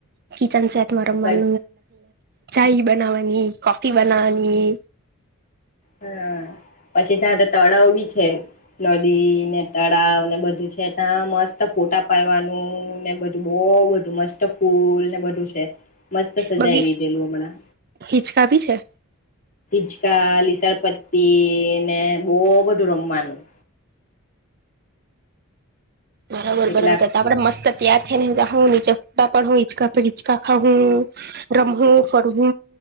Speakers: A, on the right; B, on the left.
A: કિચન સેટ માર માન
B: પછ
A: ચય બનાવાની કફી, બનાવાની
B: હા, પછી ત્યા તળાવ બી છે, નદી, ને તળાવ ને બધુ છે, ત્યા મસ્ત ફોટા પાડવાનું ને બધું બહ બધું મસ્ત ફૂલ ને બધું છે. મસ્ત સજાઈ
A: બગી
B: દીધેલુ, હમણા
A: હિચકા ભી છે
B: ચકા, લીસણપતી ને બહ બધુ, રમવાનુ-
A: બરાબર,
B: એટલે
A: બરોબ હતા. આપણે મસ્ત થી, ને જાઉ નીચે્ા પ ઇચકા પર ઇચકા ખઉ રમું ફરુ